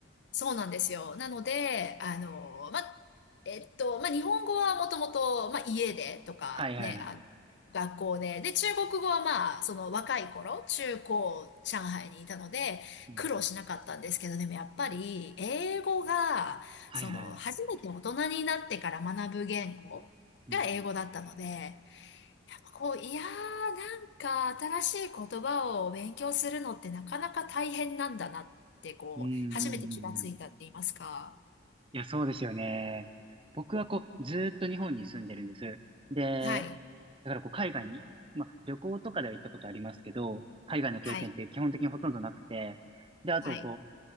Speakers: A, on the left; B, on the right.
A: そうなんですよ。なので、あの、ま、えっと、ま、日本語はもともと、ま、家でとかね、
B: はいはいはい。
A: あの、学校で、で、中国語はまあ、その若い頃、中高、上海にいたので、
B: うんうん、
A: 苦労しなかったんですけど、でもやっぱり、英語が、
B: はいはい。
A: その、初めて大人になってから学ぶ言語が英語だったので、
B: うんうん
A: こう、いやー、なんか新しい言葉を勉強するのってなかなか大変なんだなって、こう、
B: うん。うんうんうんうん
A: 初めて気がついたって言いますか。
B: いや、そうですよね。僕はこう、ずーっと日本に住んでるんです。で、
A: はい。
B: だからこう、海外に、まあ、旅行とかでは行ったことありますけど、海外の経験って基本的にほとんどなくて、
A: はい。
B: で、あとこう、
A: はい。